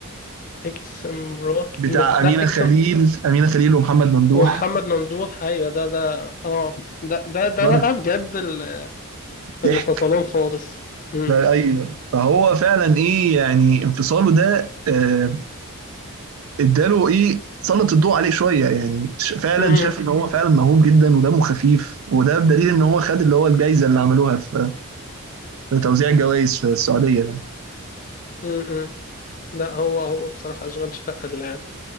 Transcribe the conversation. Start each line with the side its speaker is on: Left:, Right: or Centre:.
Left: اكس مرات
Right: بتاع
Left: بس
Right: امينه
Left: لا اكس
Right: خليل امينه خليل ومحمد ممدوح
Left: ومحمد ممدوح ايوه ده ده اه ده ده ده
Right: برضه
Left: بقى بجد ال- اللي
Right: ضحك
Left: فصلهم خالص امم
Right: بقى- ايوه فهو فعلا ايه يعني انفصاله ده آه، اداله ايه سلط الضوء عليه شويه يعني ش- فعلا
Left: امم
Right: شاف ان هو فعلا موهوب جدا ودمه خفيف وده بدليل ان هو خد اللي هو الجائزه اللي عملوها في في توزيع الجوائز في السعوديه ده
Left: امم لا هو هو بصراحة اشغال شقة اللي